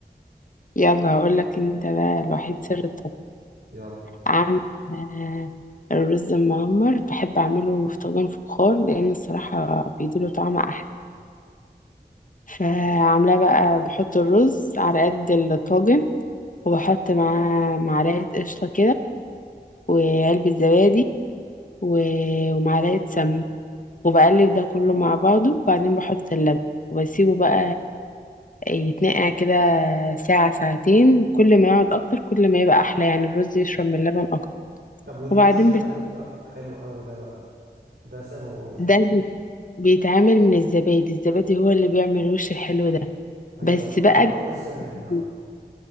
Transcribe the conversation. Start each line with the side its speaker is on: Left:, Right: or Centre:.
Left: يلا هقولك انت بقى الوحيد سر الطبخ
Right: يلا
Left: عاملة آه، الرز المعمر بحب أعمله في طاجن فخار لأن الصراحة بيديله طعم أحلى فعاملاه بقى بحط الرز على قد الطاجن وبحط معاه معلقة قشطة كده وعلبة زبادي و- ومعلقة سمنة وبقلب ده كله مع بعضه وبعدين بحط اللبن وبسيبه بقى يتنقع كده ساعة ساعتين كل ما يقعد أكتر كل ما يبقى أحلى يعني الرز يشرب من اللبن أكتر
Right: طب والوش
Left: وبعدين
Right: بقى
Left: بت-
Right: اللي بيبقى فوق حلو قوي ده بقى ده سببه ايه؟
Left: ده بي- بيتعمل من الزبادي الزبادي هو اللي بيعمل الوش الحلو ده
Right: أيوه
Left: بس
Right: يبقى
Left: بقى
Right: يبقى هو السر هنا
Left: بي-
Right: بقى